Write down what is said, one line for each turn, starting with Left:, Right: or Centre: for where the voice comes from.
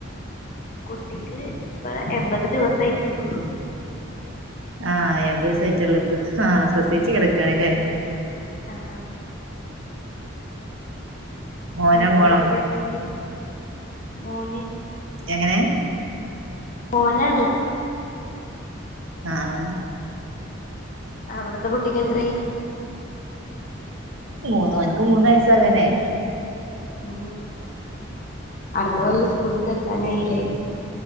Left: കുട്ടിക്ക് ഇപ്പ എൺമ്പത് ദിവസായിട്ടള്ളൂ
Right: ആഹ എപത് സെറ്റ് ഉള്ളപ്പ ആ ശ്രദ്ധിച്ച കിടക്കണല്ലേ
Left: ആ
Right: മോനോ
Left: നിങ്ങളെ
Right: മോളോ
Left: കുട്ടിക്ക് എത്രയായി മോന
Right: എങ്ങനെ
Left: മോനാണ്
Right: ആഹ ആഹ
Left: അവിടത്തെ കുട്ടിക്ക് എത്രായി
Right: മൂന്ന് അവനക്ക് മൂന്ന് വയസ അകനായി
Left: ഉ അടുത്ത
Right: ഉം
Left: വള്ള സ്കൂളിൽ തെർുക്കാനായില്ലേ